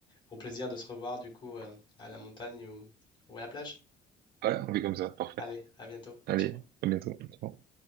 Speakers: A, on the left; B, on the right.
A: au plaisir de se revoir du coup euh, à la montagne ou ou à la plage.
B: Ouais, on fait comme ça, parfait.
A: Allez, à bientôt.
B: Allez,
A: Ciao.
B: à bientôt. Ciao.